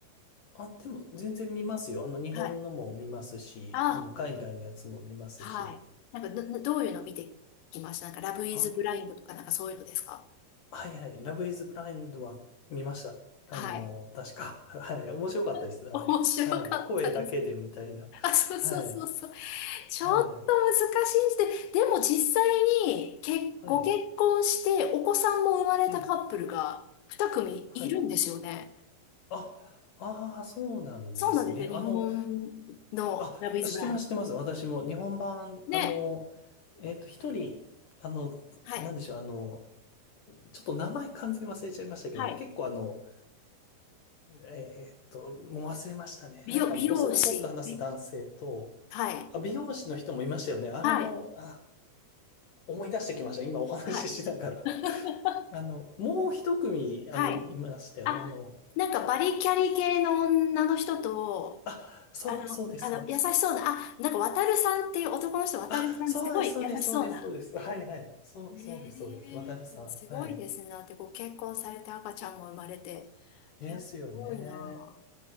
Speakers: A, on the left (about 60°); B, on the left (about 85°).
A: あ、でも全然見ますよ。あの、日本のも見ますし、
B: はい。あ
A: あの、海外のやつも見ますし。
B: はい。なんか、ど、どういうの見てきましたなんか、ラブイズブラインドとか、
A: あ、
B: なんかそういうのですか
A: はいはい。ラブイズブラインドは見ました。あの、
B: はい。
A: 確か。<laughs> はい。面白かったです、
B: <laughs>
A: あれ。
B: 面白かったです。
A: はい。声だけでみたいな。
B: あ、そうそうそうそう。
A: はい。
B: ちょっと難しいです。
A: はい。
B: で、でも実際に、け、
A: はい。
B: ご結婚して、お子さんも生まれたカップルが2組いるんですよね。
A: ええ、はい。あ、ああ、そうなんですね。
B: そうなんですよ。日本のラブイズブラインド。
A: あの、あ、知ってます、知ってます。私も日本版、
B: ね。
A: あの、えっと、一人、あの、
B: はい。
A: なんでしょう、あの、ちょっと名前完全に忘れちゃいましたけど、
B: はい。
A: 結構あの、えーっと、もう忘れましたね。
B: 美容、
A: なんかボソボソっと話す男性と、
B: 美容師。美はい。
A: あ、美容師の人もいましたよね。あれも、
B: はい。
A: あ、思い出してきました。今お話ししながら。
B: はい。<laughs>
A: あの、もう一組、あの、
B: はい。
A: いいましたよね。
B: あ、
A: あの、
B: なんかバリキャリ系の女の人と、
A: ちょ、あ、そう、
B: あの、
A: そうです、
B: あの、
A: そうです、
B: 優しそうな、
A: そうです。
B: あ、なんか渡るさんっていう男の人、渡るさん、
A: あ、そうです、
B: すごい優しそうな。
A: そうです、そうです、そうです。はい、はい。そう、
B: ねえ、
A: そうです、そうです。渡るさん。
B: すごいですね。
A: はい。
B: だってご結婚されて赤ちゃんも生まれて。
A: ですよね。
B: いや、すごいな。